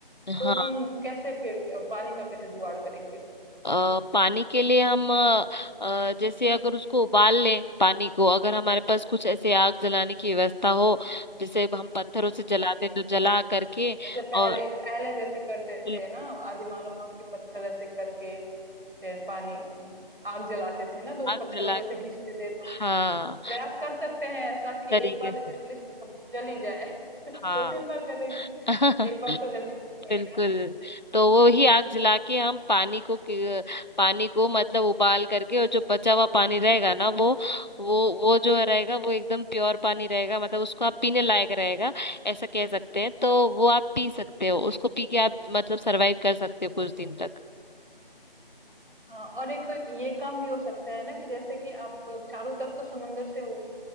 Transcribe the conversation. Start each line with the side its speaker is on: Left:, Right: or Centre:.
Right: तो
Left: हाँ
Right: हम कैसे फिर पानी का कैसे जुगाड़ करेंगे
Left: अ, पानी के लिए हम अ, अ, जैसे अगर उसको उबाल लें पानी को अगर हमारे पास कुछ ऐसे आग जलाने की व्यवस्था हो जैसे हम पत्थरों से जलाते
Right: हम्म
Left: तो जला
Right: हम्म
Left: करके
Right: जैसे पहले
Left: और
Right: पहले जैसे करते
Left: बिल्कुल
Right: थे ना आदिमानव लोग की पत्थर ऐसे करके फिर पानी आग जलाते थे ना तो वो
Left: आग
Right: पत्थरों
Left: जला
Right: को ऐसे घिसते थे तो
Left: हाँ
Right: प्रयास कर सकते हैं ऐसा कि
Left: तरीके
Right: एक बार
Left: से
Right: एटलीस्ट जल ही जाए <laughs> दो
Left: हाँ
Right: तीन बार करेंगे
Left: <laughs>
Right: एक बार तो जल ही जाएगा
Left: बिल्कुल तो वो ही आग जला के हम पानी को कि- पानी को मतलब उबाल करके और जो बचा हुआ पानी रहेगा ना वो वो वो जो रहेगा वो एकदम प्योर पानी रहेगा मतलब उसको आप पीने लायक रहेगा ऐसा कह सकते हैं तो वो आप पी सकते हो उसको पी के आप मतलब सरवाइव कर सकते हो कुछ दिन तक
Right: हाँ और एक तो ये काम भी हो सकता है ना कि जैसे कि आप चारों तरफ तो समंदर से हो